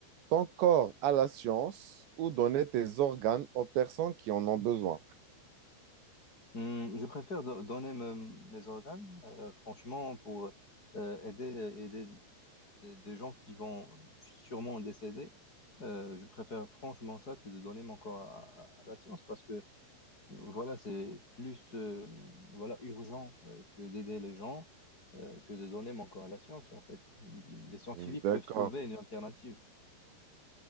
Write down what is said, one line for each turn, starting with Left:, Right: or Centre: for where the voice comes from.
Right: ton corps à la science ou donner tes organes aux personnes qui en ont besoin?
Left: Mm, je préfère do- donner me- mes organes, euh, franchement, pour euh, aider, aider des des gens qui vont sûrement décéder. Euh, je préfère franchement ça que de donner mon corps à, à- à la science parce que Voilà, c'est plus euh, voilà, urgent euh, que d'aider les gens, euh, que de donner mon corps à la science, en fait. Les scientifiques
Right: D'accord.
Left: peuvent trouver une alternative.